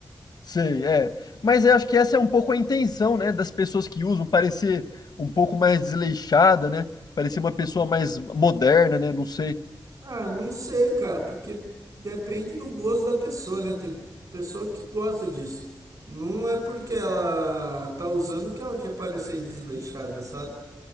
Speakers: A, on the left; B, on the right.
A: Sei, é. Mas eu acho que essa é um pouco a intenção, né, das pessoas que usam, parecer um pouco mais desleixada, né? Parecer uma pessoa mais moderna, né? Não sei.
B: Ah, não sei, cara, porque depende do gosto da pessoa, né? Tem pessoa que gosta disso. Não é porque ela tá usando que ela quer parecer desleixada, sabe?